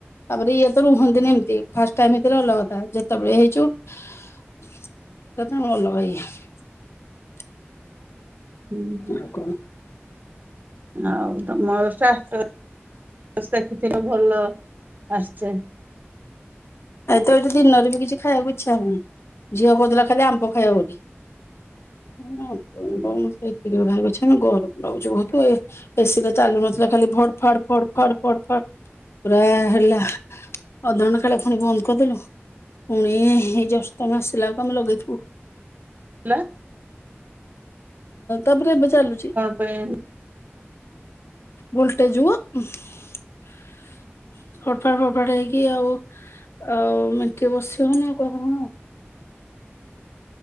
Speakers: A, on the left (about 70°); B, on the right (about 40°).
A: ତାପରେ ଇଏ ତ ରୁହନ୍ତିନି ଏମିତି। ଫାଷ୍ଟ ଟାଇମ୍ ହେଇଥିଲେ ଅଲଗା କଥା। ଯେତେବେଳେ ହେଇଚୁ <unintelligible>
B: ହୁଁ ହୁଁ।
A: ଆଉ କଣ
B: ଆଉ ତମ ଷ୍ଟାଟସ୍ ଦେଖି ଭଲ ଆସ୍ଚେ।
A: ଆଜି ତ ଏଇଠି ଦିନରେ ବି କିଛି ଖାଇବାକୁ ଇଚ୍ଛା ହଉନି। ଝିଅ କହୁଥିଲା ଖାଲି ଆମ୍ବ ଖାଇବ ବୋଲି। <unintelligible>
B: ହେଲା
A: ଗରମ୍ ଲାଗୁଚି ବହୁତ୍ ଆଉ। ଏସିି ତ ଚାଲୁ ନଥିଲା। ଖାଲି ଭଡ୍ ଫାଡ୍ ଫଡ୍ ଫାଡ୍ ଫଡ୍ ଫାଡ୍ ପୁରା ହେଲା। ଅଧ ଘଣ୍ଟେ ସକାଳେ ପୁଣି ବନ୍ଦ କରିଦେଲୁ। ପୁଣି ଏଇ ଜଷ୍ଟ ତମେ ଆସିଲା ବେଳକୁ ଆମେ ଲଗେଇଥିବୁ।
B: <unintelligible>
A: ତାପରେ ଏବେ ଚାଲୁଚି।
B: <unintelligible>
A: ଭୋଲ୍ଟେଜ୍ ଯୋଗୁ ଫଡ୍ ଫାଡ୍ ଫଡ୍ ଫାଡ୍ ହେଇକି ଆଉ ଆଉ ମିନିଟିଏ ବସି ହଉନି, ଆଉ କହିଲେ କଣ ହବ।